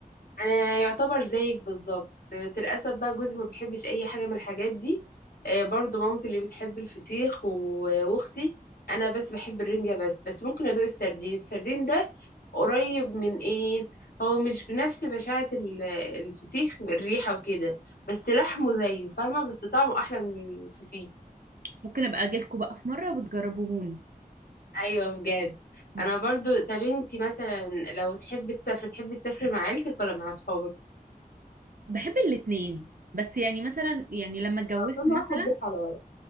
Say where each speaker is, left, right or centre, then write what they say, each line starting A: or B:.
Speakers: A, on the left; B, on the right.
A: انا يعتبر زيك بالظبط بس للاسف بقى جوزي ما بيحبش اي حاجه من الحاجات دي آه، برضو مامتي اللي بتحب الفسيخ و- واختي انا بس بحب الرنجه بس بس ممكن ادوق السردين السردين ده قريب من ايه هو مش بنفس بشاعه ال- الفسيخ من الريحه وكده بس لحمه زيه فاهمه بس طعمه احلى من الفسيخ
B: ممكن ابقى اجيلكوا بقى في مره وتجربوهوني
A: ايوه بجد
B: مم.
A: انا برضو طب انتي مثلا لو تحبي تسافري تحبي تسافري مع عيلتك ولا مع اصحابك
B: بحب الاتنين بس يعني مثلا يعني لما اتجوزت
A: اه كل واحد
B: مثلا
A: ليه حلاوة